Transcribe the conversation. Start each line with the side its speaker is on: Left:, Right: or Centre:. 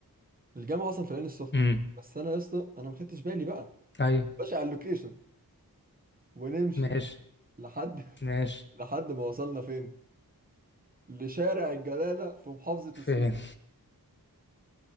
Right: الجامعة أصلا في العين السخنة
Left: امم
Right: بس أنا يا اسطى أنا ما خدتش بالي بقى
Left: ايوه
Right: أنا ماشي على اللوكيشن ونمشي
Left: ماشي
Right: لحد <laughs>
Left: ماشي
Right: لحد ما وصلنا فين لشارع الجلالة في محافظة
Left: فين
Right: السويس